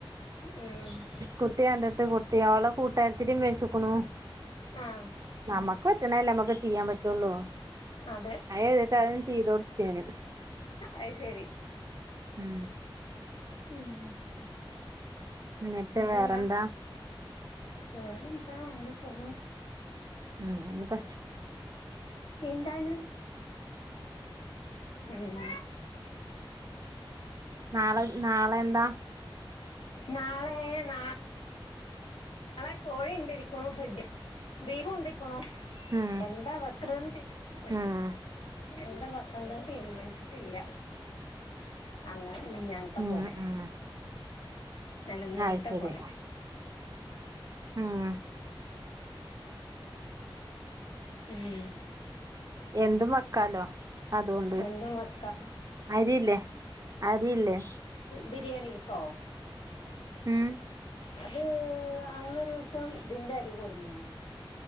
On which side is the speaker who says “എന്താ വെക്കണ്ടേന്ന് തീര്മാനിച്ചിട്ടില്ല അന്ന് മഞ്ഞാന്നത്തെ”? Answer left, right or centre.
Left